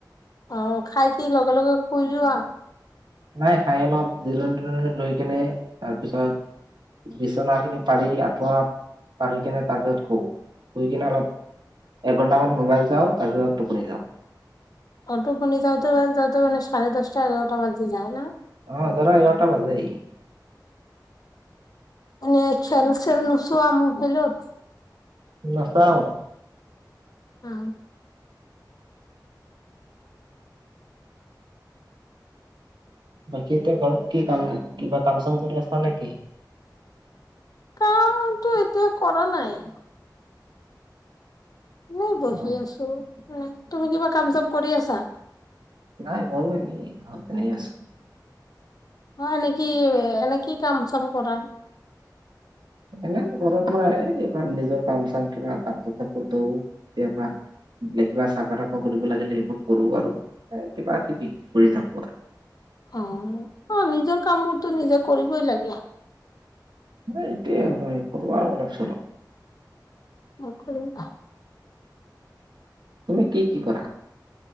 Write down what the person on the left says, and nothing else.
অ খাই কি লগে লগে শুই যোৱা
অ টোপনি যাওতে যাতে মানে চাৰে দহটা এঘাৰটা বাজি যায় ন
এ খেল চেল নোচোৱা মোবাইলত
অ
কামটো এতিয়া কৰা নাই মই বহি
আছো তুমি কিবা কাম চাম কৰি আছা
অ এনেকি এনেকি কাম চাম কৰা
অ অ নিজৰ কাম বোৰতো নিজে কৰিবই লাগে
নকৰিবা